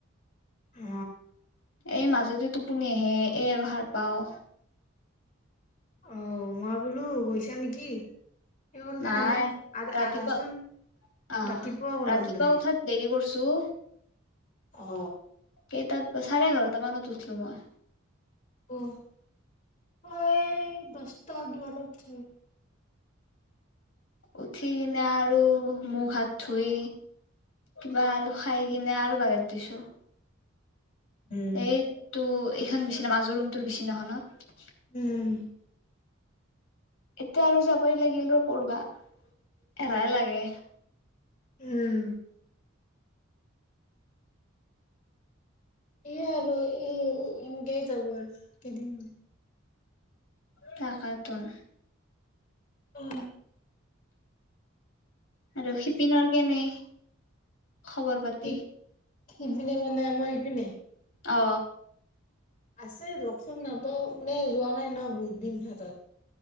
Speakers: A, on the left (about 40°); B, on the left (about 80°).
A: হ
B: এই মাজতে টোপনি আহে এই আৰু সাৰ পাও
A: অ মই বোলো গৈছা নেকি সেই হ'ল তেনেহ'লে
B: নাই
A: আধা
B: ৰাতিপা
A: আধাচোন
B: অ
A: ৰাতিপুৱা কৰবাত
B: ৰাতিপুৱা
A: লৈ
B: উঠাত দেৰি কৰিছো সু
A: অ
B: কেইটাত চাৰে এঘাৰটা মানত উঠিলো মই
A: অ হয় বছ আগিিবালত থ
B: উঠি কিনে আৰু মুখ হাত ধুই কিবা আলু খাই কিনে আৰু বাগত দিছো
A: উম
B: এইেইটোো এইখন বিচিনা মাজৰ ৰুমটোৰ বিচিনাখননত
A: উম
B: এতিয়া আৰু যাবই লাগিল ৰ পঢবা এন লাগে
A: উম এ আৰু এইম গেই যাব আৰু কদম
B: তাকাতন
A: অ
B: আৰু শিপিনৰ কেনে খবৰ পাতি
A: স সিপনে মানে আমাৰ ন
B: অ
A: আছে লগচান নাপাে যোৱা নাই ন বহুত দিন ভত